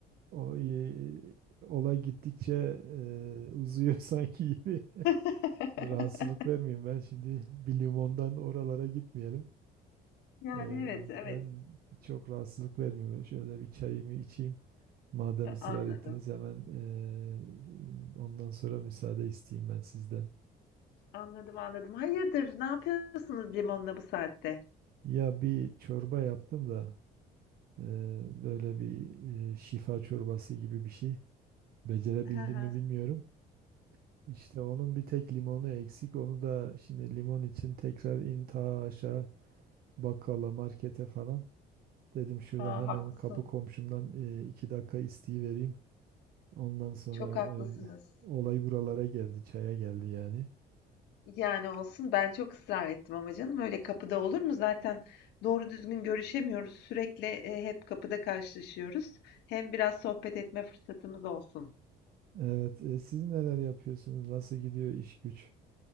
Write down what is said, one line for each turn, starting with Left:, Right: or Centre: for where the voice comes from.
Right: O e, olay gittikçe e, uzuyor <laughs> sanki gibi.
Left: <laughs>
Right: Rahatsızlık vermeyeyim ben şimdi bir limondan oralara gitmeyelim.
Left: Yani
Right: Ee,
Left: evet evet
Right: ben çok rahatsızlık vermiyor. Şöyle bir çayımı içeyim. Madem ısrar
Left: anladım.
Right: ettiniz hemen ee, ondan sonra müsaade isteyeyim ben sizden.
Left: Anladım anladım. Hayırdır ne yapıyorsunuz limonla bu saatte?
Right: Ya bir çorba yaptım da ee, böyle bir ee, şifa çorbası gibi bir şey. Becerebildim
Left: <laughs>
Right: mi bilmiyorum. İşte onun bir tek limonu eksik. Onu da şimdi limon için tekrar in ta aşağı bakkala markete falan. Dedim şuradan
Left: Ha,
Right: hemen
Left: haklısın.
Right: kapı komşumdan ee, iki dakika isteği vereyim. Ondan sonra
Left: Çok haklısınız.
Right: öyle, olay buralara geldi, çaya geldi yani.
Left: Yani olsun ben çok ısrar ettim ama canım öyle kapıda olur mu? Zaten doğru düzgün görüşemiyoruz. Sürekli e, hep kapıda karşılaşıyoruz. Hem biraz sohbet etme fırsatımız olsun.
Right: Evet, e, siz neler yapıyorsunuz? Nasıl gidiyor iş güç?